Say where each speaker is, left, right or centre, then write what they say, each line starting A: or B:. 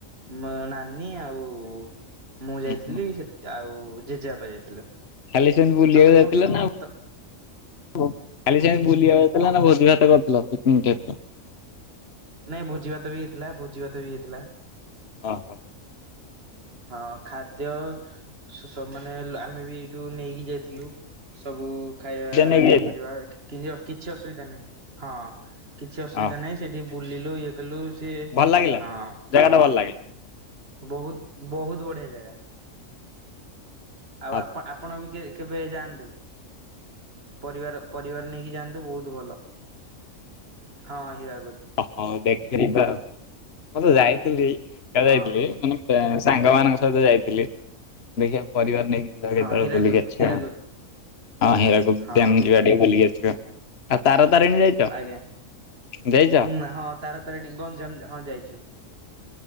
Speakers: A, on the right (about 45°); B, on the left (about 50°).
A: ମ ନାନୀ ଆଉ ମୁଁ
B: ହୁଁ
A: ଯାଇଥିଲି
B: ହୁଁ।
A: ସେ ଆଉ ଜେଜେବାପା ଯାଇଥିଲେ।
B: ଖାଲି ସେମତି ବୁଲିବାକୁ
A: ତମେ
B: ଯାଇଥିଲା
A: କୋଉଠି ଓଡ଼ି
B: ନା ଆଉ ହ ଖାଲି ସେ ବୁଲିବାକୁ ଯଥିଲା ନା ଭୋଜି ଭାତ କରିଥିଲ ପିକନିକ ଟାଇ
A: ନାଇଁ ଭୋଜିିଭାତ ବି ହେଇଥିଲା ଭୋଜି ଭାତ ବି ହେଇଥିଲା।
B: ଓହୋ!
A: ହଁ ଖାଦ୍ୟ ସ ସ ମାନେ ଆମେ ବି ଏଇଠୁ ନେଇକି ଯାଇଥିଲୁ ସବୁ ଖାଇବା
B: ନେଇକି ଯାଇଥିଲ
A: ଇଏ କରିବା କିରି କିଛି ଅସୁବିଧା ନାହିଁ ହଁ କିଛି ଅସୁବିଧା
B: ଓହୋ
A: ନାହିଁ। ସେଠି ବୁଲିଲୁ ଇଏ କଲୁ ସେ
B: ଭଲ ଲାଗିଲା
A: ହଁ।
B: ଜାଗାଟା ଭଲ
A: ବହୁତ ବହୁତ ବଢିଆ ଜାଗା। ଆଉ
B: ଆଚ୍ଛା
A: ଆପଣ ଆପଣ ବି କେବେ ଯାଆନ୍ତୁ ପରିବାର ପରିବାର ନେଇକି ଯାଆନ୍ତୁ ବହୁତ ଭଲ। ହଁ ହୀରାକୁଦ୍।
B: ହଁ ଦେଖି ତ ମୁ ତ ଯାଇଥିଲି ଏକା
A: ହଁ
B: ଯାଇଥିଲି ମାନେ ତ ସାଙ୍ଗମାନଙ୍କ ସହିତ ଯାଇଥିଲେ ଦେଖିବା ପରିବାର ନେଇକି।
A: ହଁ ହୀରାକୁଦ
B: ଳ <unintelligible>
A: ହୀରାକୁଦ
B: ଆଉ ହୀରାକୁଦ
A: ହଁ
B: ଡ୍ୟାମ <unintelligible> ବୁଲିକି ଆସିବ ଆଉ ତାର ତାରିଣୀ ଯାଇଛ?
A: ଆଜ୍ଞା ନ
B: ଯାଇଛ?
A: ହଁ ତାରା ତାରିଣୀ ଗଞ୍ଜମ ହଁ ଯାଇଛୁ।